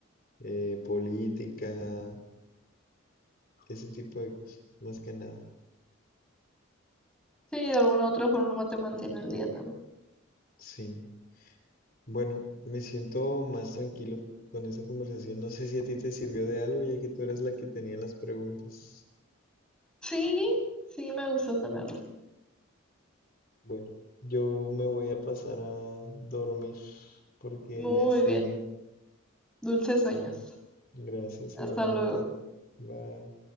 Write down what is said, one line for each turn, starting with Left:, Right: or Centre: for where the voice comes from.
Left: eh, política, ese tipo de cosas, más que nada.
Centre: Sí, de alguna otra forma te mantiene el día también.
Left: Sí. Bueno, me siento más tranquilo con esa conversación. No sé si a ti te sirvió de algo, ya que tú eras la que tenía las preguntas.
Centre: Sí, sí, me gustó tenerlo.
Left: Bueno, yo me voy a pasar a dormir porque
Centre: Muy
Left: ya es tarde.
Centre: bien. Dulces sueños.
Left: Gracias
Centre: Hasta
Left: igualmente.
Centre: luego.
Left: Bye.